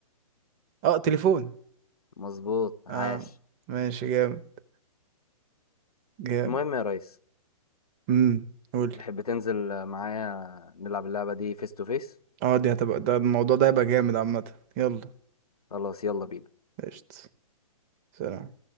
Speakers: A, on the right (about 25°); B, on the left (about 85°).
A: اه تليفون
B: مظبوط عاش
A: اه ماشي جامد جامد
B: المهم يا ريس
A: امم قولي
B: تحب تنزل معايا نلعب اللعبة دي فيس تو فيس
A: اه دي هتبقى ده الموضوع ده هيبقى جامد عامة يلا
B: خلاص يلا بينا
A: قشطة سلام